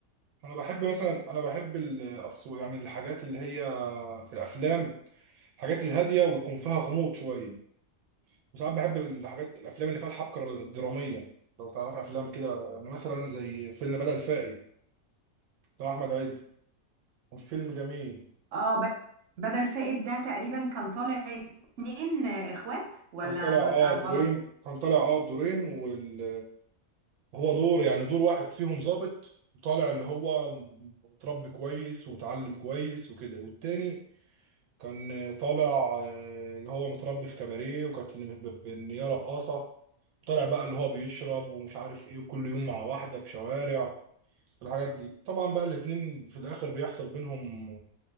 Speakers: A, on the right; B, on the right.
A: انا بحب مثلا انا بحب ال- الصو- يعني الحاجات اللي هي في الافلام الحاجات الهادية ويكون فيها غموض شوية وساعات بحب الحاجات الافلام اللي فيها الحبكة الدرامية لو تعرف افلام كده انا مثلا زي فيلم بدل فائد بتاع احمد عز فيلم جميل
B: اه بد- بدل فائد ده تقريبا كان طالع اتنين آه، اخوات ولا
A: كان طالع
B: ما-
A: اه دورين
B: آه، غلط
A: كان طالع اه بدورين وال... هو دور يعني دور واحد فيهم ظابط طالع اللي هو متربي كويس ومتعلم كويس وكده والتاني كان طالع آه، اللي هو متربي في كباريه وكانت اللي متب- ان هي رقاصه طالع بقى اللي هو بيشرب ومش عارف ايه وكل يوم مع واحده في شوارع الحاجات دي طبعا بقى الاتنين في الاخر بيحصل بينهم